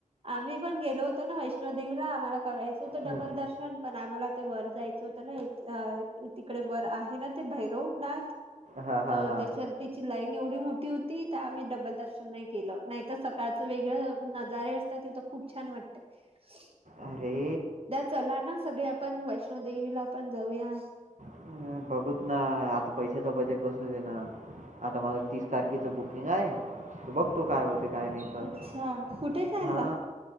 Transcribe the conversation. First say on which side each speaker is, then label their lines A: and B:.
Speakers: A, on the right; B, on the right.
A: आम्ही पण गेलो होतो ना वैष्णोदेवीला आम्हाला करायचं होतं डबल
B: हं.
A: दर्शन पण आम्हाला ते वर जायचं होतं ना तिकडे वर आहे ना ते भैरव नाथ
B: हां, हां,
A: तर
B: हां.
A: त्याच्या त्याची लाईन एवढी मोठी होती त्या आम्ही डबल दर्शन नाही केलं नाहीतर सकाळचं वेगळं नजारे असतात तिथ खूप छान वाटते ह <inaudible>
B: अरे
A: चला ना सगळे आपण वैष्णोदेवीला पण जाऊया
B: अ बघूत ना आता पैशाच बजेट बसू दे ना आता माझ तीस तारखेचं बुकिंग आहे तर बघतो काय होते काय नाही तर
A: अच्छा कुठे चालला
B: हा